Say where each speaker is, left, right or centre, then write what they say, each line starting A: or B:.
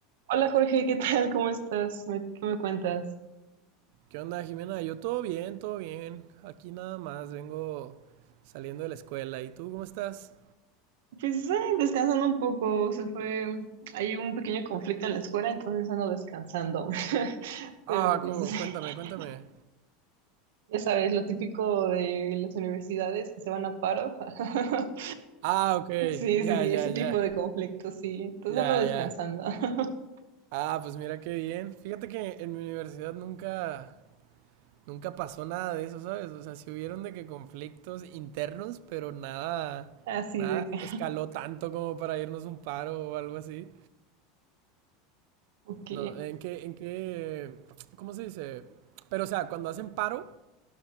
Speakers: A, on the right; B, on the right.
A: Hola Jorge, ¿qué tal? ¿Cómo estás? ¿Me- ¿Qué me cuentas?
B: ¿Qué onda, Jimena? Yo todo bien, todo bien. Aquí nada más, vengo saliendo de la escuela. ¿Y tú cómo estás?
A: Pues eh, descansando un poco, se fue, hay un pequeño conflicto en la escuela, entonces ando descansando. <laughs> Pero
B: Ah,
A: pues
B: co-
A: <laughs>
B: cuéntame, cuéntame.
A: ya sabes, lo típico de las universidades que se van a paro. <laughs>
B: Ah, ok,
A: Sí,
B: ya,
A: sí, sí,
B: ya,
A: ese
B: ya,
A: tipo de conflictos, sí. Entonces
B: ya,
A: ando descansando.
B: ya.
A: <laughs>
B: Ah, pues mira qué bien. Fíjate que en mi universidad nunca, nunca pasó nada de eso, ¿sabes? O sea, sí hubieron de que conflictos internos, pero nada,
A: Así
B: nada
A: de que,
B: escaló tanto como para irnos un paro o algo así.
A: ok.
B: No, ¿en qué, en qué, cómo se dice? Pero o sea, cuando hacen paro.